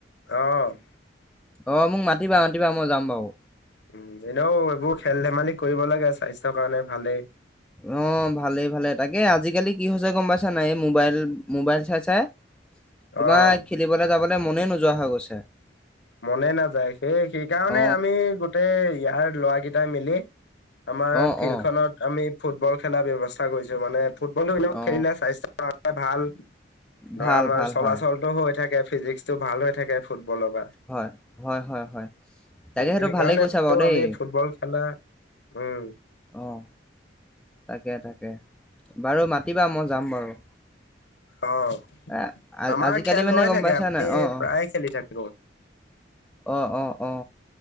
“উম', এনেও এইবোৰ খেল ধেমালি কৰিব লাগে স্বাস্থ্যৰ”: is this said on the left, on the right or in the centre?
Left